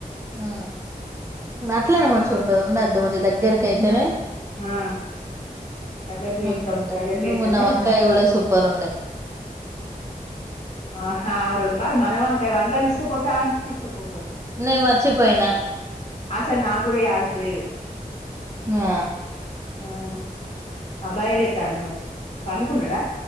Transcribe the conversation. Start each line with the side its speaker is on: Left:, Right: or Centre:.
Right: ఊ అట్లనే మంచి ఉండ ఉండద్ మంచి దగ్గరకి అయితేనే
Left: ఆ దగ్గరికి
Right: ఉ
Left: ఏత్తం
Right: ఉంటది
Left: దగ్గరికి
Right: అందు
Left: ఏత్తనే
Right: మన్న వంకాయ కూడా సూపర్ ఉండ
Left: ఆహా ఆహ్ రోజు అ మన వంకాయ వంకాయలు తీసుకపోతే తీసుకపోవద్దు
Right: నేను మర్చిపోయినా
Left: ఆసాల్ నాగ్ కూడా యాదుకి లేదు
Right: ఆ
Left: ఆహ్ అబ్బాయి చెస్తాను మరి పండుకున్నాడా